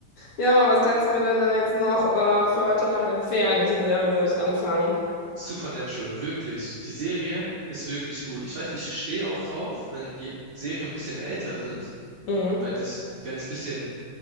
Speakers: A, on the left; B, on the right.
A: Ja, aber was kannst du mir denn dann jetzt noch äh, für heute Abend empfehlen? Welche Serie soll ich anfangen?
B: Supernatural, wirklich. Die Serie ist wirklich gut. Ich weiß, ich stehe auch drauf, wenn die Serien ein bisschen älter sind,
A: Mhm.
B: weil das, wenn es bisschen,